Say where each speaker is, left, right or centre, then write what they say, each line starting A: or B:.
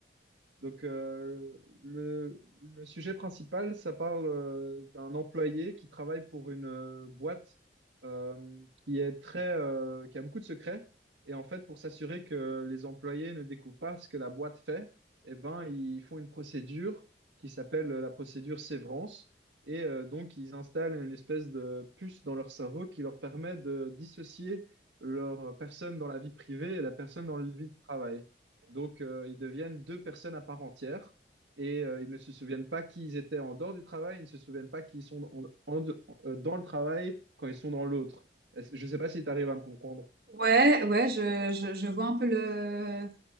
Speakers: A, on the right (about 80°); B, on the right (about 55°).
A: Donc, euh, le, le sujet principal, ça parle euh, d'un employé qui travaille pour une euh, boîte euh, qui est très, euh, qui a beaucoup de secrets. Et en fait, pour s'assurer que les employés ne découvrent pas ce que la boîte fait, eh ben, ils font une procédure qui s'appelle euh, la procédure sévrance. Et euh, donc, ils installent une espèce de puce dans leur cerveau qui leur permet de dissocier leur personne dans la vie privée et la personne dans la vie de travail. Donc, euh, ils deviennent deux personnes à part entière et euh, ils ne se souviennent pas qui ils étaient en dehors du travail, ils ne se souviennent pas qui ils sont en- en de- euh, dans le travail quand ils sont dans l'autre. Est-ce- Je ne sais pas si tu arrives à me comprendre.
B: Ouais, ouais, je, je, je vois un peu le